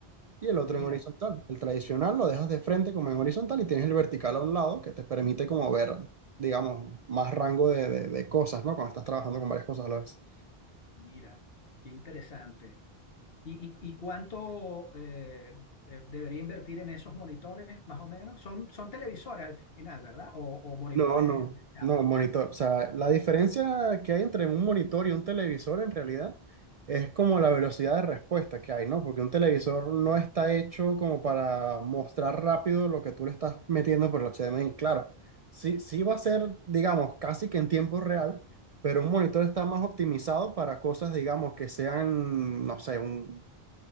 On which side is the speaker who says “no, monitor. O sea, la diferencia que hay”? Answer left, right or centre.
Right